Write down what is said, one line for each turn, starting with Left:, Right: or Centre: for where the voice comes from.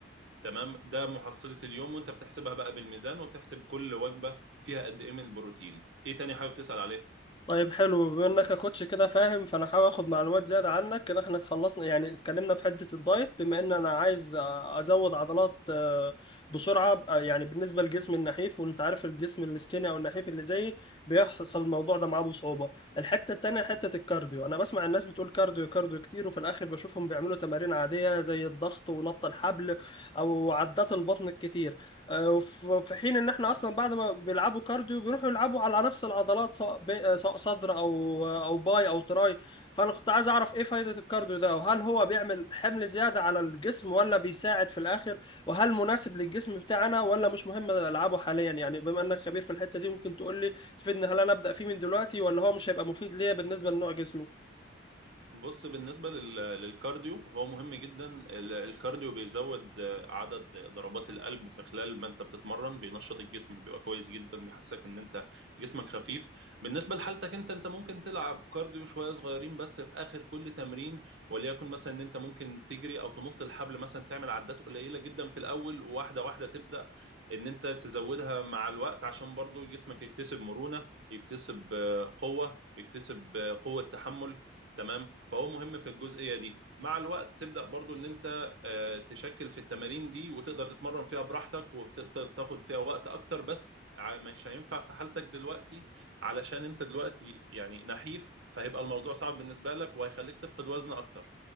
Right: تمام ده محصلة اليوم وانت بتحسبها بقى بالميزان وتحسب كل وجبة فيها قد ايه من البروتين ايه تاني حابب تسأل عليه
Left: طيب حلو بما انك يا كوتش كده فاهم فانا هحاول اخد معلومات زياده عنك كده احنا اتخلصنا يعني اتكلمنا في حته الدايت بما ان انا عايز ازود عضلات آه، بسرعه آه، يعني بالنسبه لجسمي النحيف وانت عارف الجسم السكيني او النحيف اللي زيي بيحصل الموضوع ده معاه بصعوبه الحته التانيه حته الكارديو انا بسمع الناس بتقول كارديو كارديو كتير وفي الاخر بشوفهم بيعملوا تمارين عاديه زي الضغط ونط الحبل او عدات البطن الكتير آه، وف- وفي حين ان احنا اصلا بعد ما بيلعبوا كارديو بيروحوا يلعبوا على نفس العضلات سواء ب- آه، سواء صدر او او باي او تراي فانا كنت عايز اعرف ايه فايدة الكارديو ده وهل هو بيعمل حمل زيادة على الجسم ولا بيساعد في الاخر وهل مناسب للجسم بتاعنا ولا مش مهم العبه حاليا يعني بما انك خبير في الحتة دي ممكن تقول لي تفيدني هل انا ابدا فيه من دلوقتي ولا هو مش هيبقى مفيد ليا بالنسبة لنوع جسمي
Right: بص بالنسبة لل- للكارديو هو مهم جدا ال- الكارديو بيزود آه، عدد ضربات القلب في خلال ما انت بتتمرن بينشط الجسم بيبقى كويس جدا بيحسسك ان انت جسمك خفيف بالنسبة لحالتك انت انت ممكن تلعب كارديو شوية صغيرين بس في اخر كل تمرين وليكن مثلا ان انت ممكن تجري او تنط الحبل مثلا تعمل عدات قليلة جدا في الاول وواحدة واحدة تبدأ ان انت تزودها مع الوقت عشان برضو جسمك يكتسب مرونة يكتسب آه، قوة يكتسب آه، قوة تحمل تمام فهو مهم في الجزئيه دي مع الوقت تبدا برضو ان انت آه، تشكل في التمارين دي وتقدر تتمرن فيها براحتك وبتقدر تاخد فيها وقت اكتر بس ع- مش هينفع في حالتك دلوقتي علشان انت دلوقتي يعني نحيف فهيبقى الموضوع صعب بالنسبه لك وهيخليك تفقد وزن اكتر